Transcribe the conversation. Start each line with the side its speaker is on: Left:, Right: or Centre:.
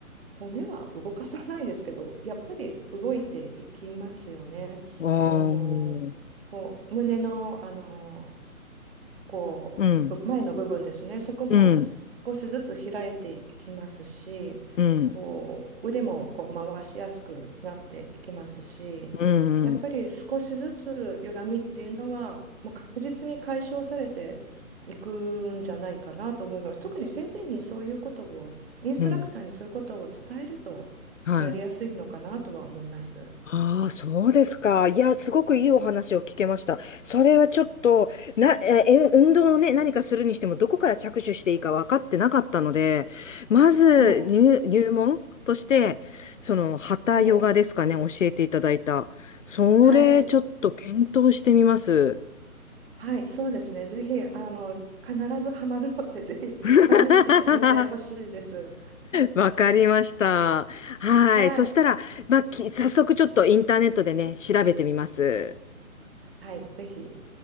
Right: 骨は動かさないですけどやっぱり動いていきますよね。
Left: おー。
Right: あのこう胸の、あのこう前の部分ですね、
Left: うん。
Right: そこも少しずつ開いていきますし、
Left: うん。うん。
Right: こう腕もこう回しやすくなっていきますし、
Left: うんうん。
Right: やっぱり少しずつ歪みっていうのは、もう確実に解消されていくんじゃないかなと思います。特に先生にそういうことを、インストラクターにそういうことを伝えるとやりやすいのかなとは思います。
Left: うんはい。ああ、そうですか。いや、すごくいいお話を聞けました。それはちょっと、な、え、え運動をね、何かするにしても、どこから着手していいか分かってなかったので、まず入、
Right: はい。
Left: 入門として、その、ハタヨガですかね、
Right: ええ
Left: 教えていただいた。それ、
Right: はい。
Left: ちょっと検討してみます。
Right: はい、そうですね。ぜひ、あの、必ずハマるので、ぜひ試してみてほしいです。
Left: <laughs> わかりました。はい。
Right: はい。
Left: そしたら、まあ、き早速ちょっとインターネットでね、調べてみます。
Right: はい、ぜひ。